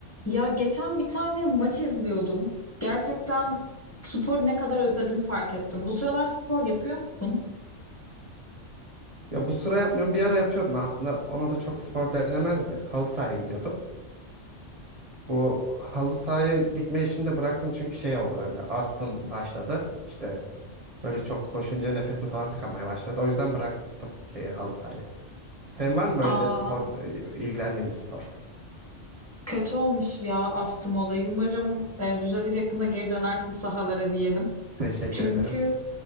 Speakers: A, on the left; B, on the right.
A: Ya geçen bir tane maç izliyordum. Gerçekten spor ne kadar özledim fark ettim. Bu sıralar spor yapıyor musun?
B: Ya bu sıra yapmıyorum. Bir ara yapıyordum aslında. Ona da çok spor denemezdi. Halı sahaya gidiyordum. Bu halı sahaya gitme işini de bıraktım çünkü şey oldu bende. Astım başladı. İşte böyle çok koşunca nefesim falan tıkanmaya başladı. O yüzden bıraktım şeyi halı sahayı. Sen var mı böyle
A: Aa,
B: spor, e, ilgilendiğin bir spor?
A: kötü olmuş ya astım olayı. Umarım e, düzelir yakında geri dönersin sahalara diyelim.
B: Teşekkür
A: Çünkü
B: ederim.